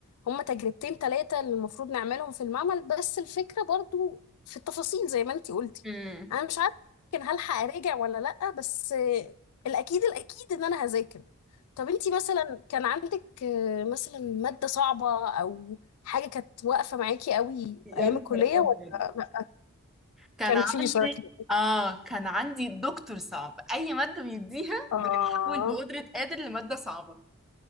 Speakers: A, on the left (about 80°); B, in the centre.
A: هما تجربتين تلاتة اللي المفروض نعملهم في المعمل بس الفكرة برضو في التفاصيل زي ما انتي قلتي
B: امم
A: أنا مش عارفة يمكن هلحق أراجع ولا لأ بس آه، الأكيد الأكيد إن أنا هذاكر طب انتي مثلا كان عندك آه، مثلا مادة صعبة أو حاجة كانت واقفة معاكي قوي
B: يا
A: أيام
B: نهار
A: الكلية
B: ابيض
A: ولا لأ
B: كان
A: كان
B: عندي
A: في شكل
B: اه كان عندي دكتور صعب اي ماده بيديها
A: آه
B: بتتحول بقدره قادر لماده صعبه